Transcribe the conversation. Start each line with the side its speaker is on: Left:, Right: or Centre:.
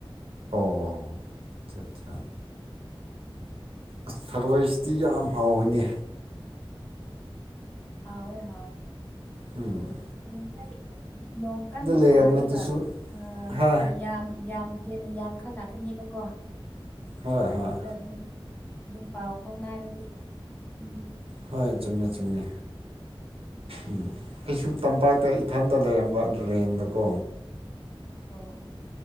Right: ꯑꯣ ꯑꯆꯥ ꯆꯥ꯫ ꯑꯁ ꯊꯔꯣꯏꯁꯤꯗꯤ ꯌꯥꯝ ꯍꯥꯎꯋꯤꯅꯦ꯫
Left: ꯍꯥꯎꯋꯦ ꯍꯥꯎꯋꯦ꯫
Right: ꯎꯝ꯫
Left: ꯍꯌꯦꯡꯈꯩ ꯅꯣꯡ ꯀꯟꯅ
Right: ꯂꯩꯔꯝꯕꯗꯨꯁꯨ
Left: ꯇꯥꯔꯒ ꯑꯥ
Right: ꯍꯥ
Left: ꯌꯥꯝ ꯌꯥꯝ ꯍꯦꯟꯅ ꯌꯥꯝꯈꯜꯂꯛꯀꯅꯦꯕꯀꯣ
Right: ꯍꯣꯏ
Left: ꯑꯗꯨꯗ
Right: ꯍꯣꯏ
Left: ꯑꯗꯨꯝ꯫ ꯑꯗꯨꯝ ꯄꯥꯎ ꯐꯥꯎꯅꯔꯗꯤ ꯊꯤꯟꯕꯤ
Right: ꯍꯣꯏ ꯆꯨꯝꯃꯦ ꯆꯨꯝꯃꯦ ꯎꯝ ꯑꯩꯁꯨ ꯇꯝꯄꯥꯛꯇ ꯏꯊꯟꯇ ꯂꯩꯔꯝꯕ ꯑ ꯇꯨꯔꯦꯟꯗꯀꯣ꯫
Left: ꯑꯣ꯫